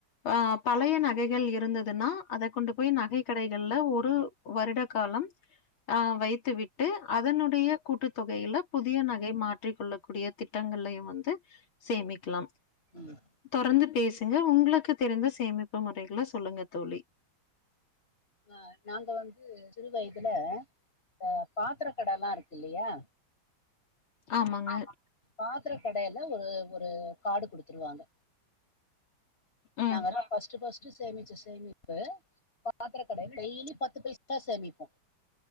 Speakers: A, on the left (about 85°); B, on the left (about 30°).
A: அ பழைய நகைகள் இருந்ததுன்னா அத கொண்டு போய் நகை கடைகள்ல ஒரு ஒரு வருட காலம் அ வைத்து விட்டு அதனுடைய கூட்டுத்தொகையில புதிய நகை மாற்றி கொள்ளக்கூடிய திட்டங்கள்ளையும் வந்து சேமிக்கலாம்
B: ம்
A: தொடர்ந்து பேசுங்க உங்களுக்கு தெரிந்த சேமிப்பு முறைகளை சொல்லுங்க தோழி
B: அ நாங்க வந்து சிறு வயதுல அ பாத்திர கட எல்லா இருக்கு இல்லையா
A: ஆமாங்க.
B: ஆமா பாத்திர கடையில ஒரு ஒரு கார்டு குடுத்துருவாங்க
A: ம்,
B: நாங்கல்லா ஃபஸ்ட் ஃபஸ் சேமிச்ச சேமிப்பு பாத்திர கடை டெய்லி பத்து பைசா சேமிப் ம்